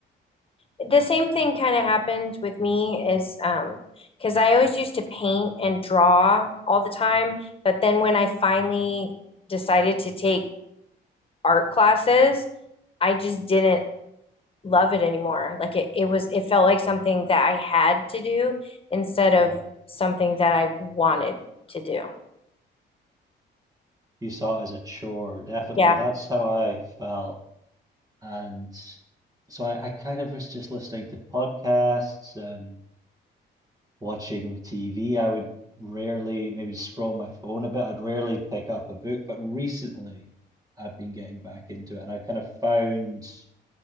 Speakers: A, on the left; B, on the right.
A: the same thing kind of happened with me is um because I always used to paint and draw all the time, but then when I finally decided to take art classes, I just didn't love it anymore. Like it, it was it felt like something that I had to do instead of
B: Right.
A: something that I wanted to do.
B: You saw it as a chore, definitely.
A: Yeah.
B: That's how I felt. And so I, I kind of was just listening to podcasts and watching TV. I would rarely maybe scroll my phone a bit. I'd rarely pick up a book, but recently I've been getting back into it and I kind of found